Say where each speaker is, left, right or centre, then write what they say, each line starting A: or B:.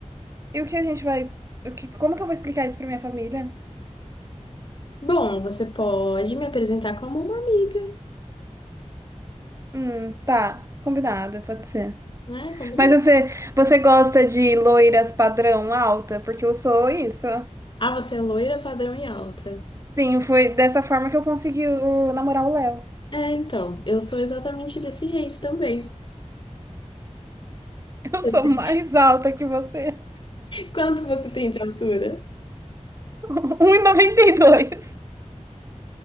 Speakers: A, on the right; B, on the left.
A: E o que a gente vai. o que- Como que eu vou explicar isso pra minha família?
B: Bom, você pode me apresentar como uma amiga,
A: Hum, tá. Combinado, pode ser.
B: né? Combinou?
A: Mas você, você gosta de loiras padrão alta? Porque eu sou isso.
B: Ah, você é loira, padrão e alta.
A: Sim, foi dessa forma que eu consegui o- namorar o Léo. <laughs>
B: É, então, eu sou exatamente desse jeito também.
A: Eu
B: <laughs> Eu
A: sou
B: tenho-
A: mais alta que você.
B: Quanto você tem de altura?
A: <laughs> um e e noventa e dois